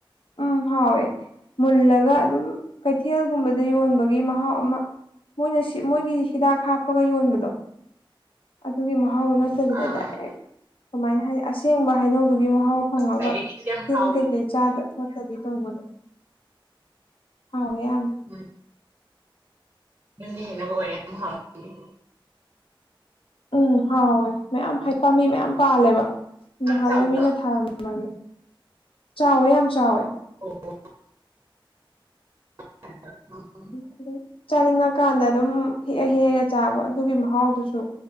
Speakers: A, on the left; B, on the right.
A: ꯎꯝ ꯍꯥꯎꯋꯦ ꯃꯨꯜꯂꯒ
B: ꯎꯝ
A: ꯑꯗꯨꯝ ꯀꯩꯊꯦꯜꯒꯨꯝꯕꯗ ꯌꯣꯟꯕꯒꯤ ꯃꯍꯥꯎ ꯑꯃ ꯃꯣꯏꯅ ꯁꯤ ꯃꯣꯏꯒꯤ ꯍꯤꯗꯥꯛ ꯍꯥꯞꯄꯒ ꯌꯣꯟꯕꯗꯣ ꯑꯗꯨꯒꯤ ꯃꯍꯥꯎꯗꯨꯅ ꯐꯠꯇꯕꯤꯗ
B: ꯑꯥ
A: ꯗꯥꯏꯔꯦꯛ ꯀꯃꯥꯏꯅ ꯍꯥꯏ ꯑꯁꯦꯡꯕ ꯍꯩꯅꯧꯗꯨꯒꯤ ꯃꯍꯥꯎ ꯐꯪꯉꯒ
B: ꯂꯥꯏꯔꯤꯛꯀꯤꯗꯨꯗꯤ ꯌꯥꯝ
A: ꯇꯤꯟ
B: ꯍꯥꯎꯕꯅꯦ
A: ꯀꯩ ꯀꯩ ꯆꯥꯗ ꯈꯣꯠꯇꯕꯤ ꯇꯧꯕꯗꯣ ꯍꯥꯎꯌ‌ꯦ ꯌꯥꯝ
B: ꯎꯝ ꯌꯨꯝꯒꯤ ꯍꯩꯅꯧꯒ ꯑꯣꯏꯔꯦ ꯌꯝ ꯍꯥꯎꯅꯤ
A: ꯎꯝ ꯍꯥꯎꯋꯦ ꯃꯌꯥꯝ ꯍꯩ ꯄꯝꯕꯤ ꯃꯌꯥꯝ ꯄꯥꯜꯂꯦꯕ ꯅꯍꯥꯟꯋꯥꯏ
B: ꯅꯪ ꯆꯥꯎꯕ꯭ꯔꯣ
A: ꯃꯤꯅ ꯊꯥꯔꯝꯕ ꯆꯥꯎꯋꯦ ꯌꯥꯝ ꯆꯥꯎꯋꯦ
B: ꯑꯣ <inaudible>
A: <inaudible> ꯆꯥꯅꯤꯡꯉꯀꯥꯟꯗ ꯑꯗꯨꯝ ꯍꯦꯛꯑ ꯍꯦꯛꯑꯒ ꯆꯥꯕ ꯑꯗꯨꯒꯤ ꯃꯍꯥꯎꯗꯨꯁꯨ